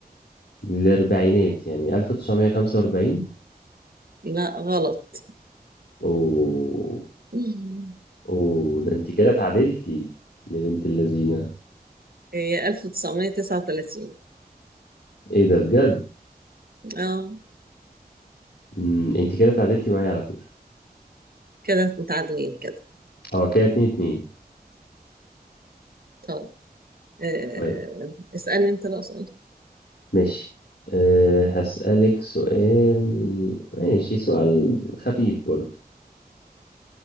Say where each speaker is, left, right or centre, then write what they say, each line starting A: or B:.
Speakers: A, on the left; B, on the right.
A: للأربعينات يعني 1945
B: لا غلط
A: و...
B: <laughs>
A: و ده انت كده اتعادلتي يا بنت اللذينة
B: هي 1939
A: ايه ده بجد
B: اه
A: م، انت كده اتعادلتي معايا على فكرة
B: كده متعادلين كده
A: اه كده اتنين اتنين
B: طب آه،
A: طيب
B: اسألني انت بقى سؤال
A: ماشي أه هسألك سؤال ماشي سؤال خفيف برضو